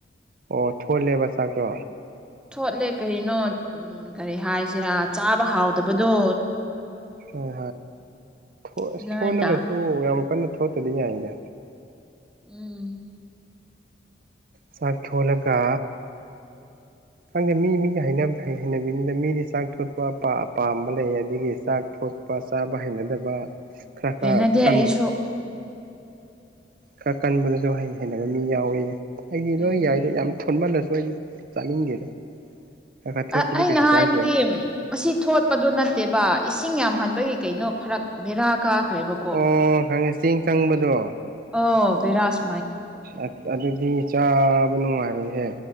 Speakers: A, on the right; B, in the centre.
A: ꯑꯣ ꯊꯣꯜꯂꯦꯕ ꯆꯥꯛꯇꯣ
B: ꯊꯣꯠꯂꯦ ꯀꯔꯤꯅꯣ ꯀꯔꯤ ꯍꯥꯏꯁꯤꯔꯥ ꯆꯥꯕ ꯍꯥꯎꯗꯕꯗꯣ
A: ꯍꯣꯏ ꯍꯣꯏ
B: ꯑꯗꯨꯃꯥꯏꯅ
A: ꯊꯣꯂꯒꯁꯨ
B: ꯇꯧ
A: ꯌꯥꯝ ꯀꯟꯅ ꯊꯣꯠꯇꯗꯤ ꯌꯥꯏꯗ
B: ꯎꯝ
A: ꯆꯥꯛ ꯊꯣꯠꯂꯒ ꯈꯪꯗꯦ ꯃꯤ ꯃꯤꯒꯤ ꯍꯩꯅ ꯍꯩꯅꯕꯤꯅꯤꯅ ꯃꯤꯗꯤ ꯆꯥꯛ ꯊꯣꯠꯄ ꯑꯄꯥꯝꯕ ꯂꯩ ꯑꯗꯒꯤ ꯆꯥꯛ ꯊꯣꯄ ꯄ ꯆꯥꯕ ꯍꯩꯅꯗꯕ ꯈꯔ ꯈꯔ
B: ꯍꯩꯅꯗꯦ
A: ꯀꯟ
B: ꯑꯩꯁꯨ
A: ꯈꯔ ꯀꯟꯕꯗꯁꯨ ꯍꯩ ꯍꯩꯅꯕ ꯃꯤ ꯌꯥꯎꯏꯤ ꯑꯩꯗꯤ
B: ꯎꯝ
A: ꯂꯣꯏ ꯌꯥꯏꯗ ꯌꯥꯝ ꯊꯣꯠꯃꯜꯂꯁꯨ ꯑꯩ ꯆꯥꯅꯤꯡꯗꯦꯗ ꯈꯔ ꯈꯔ ꯊꯣꯠꯄꯗꯤ
B: ꯑ ꯑꯩꯅ
A: ꯀꯩꯁꯨ
B: ꯍꯥꯏꯕꯗꯤ
A: ꯀꯥꯏꯗꯦꯕ
B: ꯑꯁꯤ ꯊꯣꯠꯄꯗꯨ ꯅꯠꯇꯦꯕ ꯏꯁꯤꯡ ꯌꯥꯝꯍꯟꯕꯒꯤ ꯀꯩꯅꯣ ꯐꯔꯛ ꯕꯦꯔꯥ ꯀꯥꯈ꯭ꯔꯦꯕ
A: ꯑꯣ ꯍꯪꯉꯦ ꯆꯦꯡ ꯆꯪꯕꯗꯣ
B: ꯑꯣ ꯕꯤꯔꯥꯁ
A: ꯑꯁ ꯑꯗꯨꯗꯤ ꯆꯥꯕ ꯅꯨꯡꯉꯥꯏꯔꯣꯏꯍꯦ